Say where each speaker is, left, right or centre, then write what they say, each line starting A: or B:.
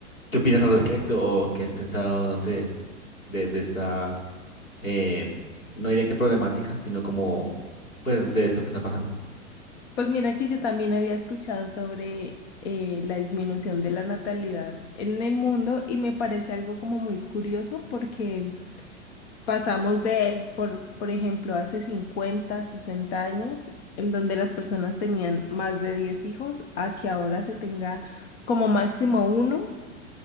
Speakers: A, on the left; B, on the left.
A: ¿qué opinas al respecto o qué has pensado, no sé, de, de esta, eh, no diría que problemática, sino como, pues, de esto que está pasando?
B: Pues mira que yo también había escuchado sobre eh, la disminución de la natalidad en el mundo y me parece algo como muy curioso porque pasamos de, por, por ejemplo, hace 50, 60 años, en donde las personas tenían más de 10 hijos, a que ahora se tenga como máximo uno